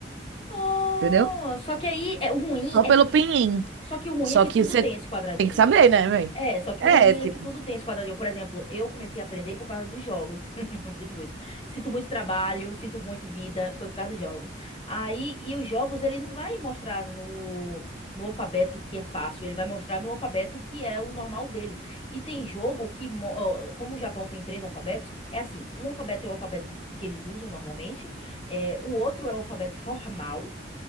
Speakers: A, on the left (about 35°); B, on the right (about 85°).
A: Oh,
B: entendeu?
A: só que aí, é, o ruim
B: Só
A: é
B: pelo
A: que.
B: pinyin.
A: Só que o ruim
B: Só
A: é que
B: que
A: tudo
B: você
A: tem esse quadradinho.
B: tem que saber, né, velho?
A: É, só que
B: É,
A: o ruim
B: tipo.
A: é que tudo tem esse quadradinho. Por exemplo, eu comecei a aprender por causa dos jogos. <laughs> Sinto muito. Sinto muito trabalho, sinto muito vida, foi por causa dos jogos. Aí, e os jogos, ele não vai mostrar no, no alfabeto que é fácil, ele vai mostrar no alfabeto que é o normal deles. E tem jogo que, mo- ó, como o Japão tem três alfabetos, é assim, um alfabeto é o alfabeto que eles usam normalmente, é, o outro é o alfabeto formal,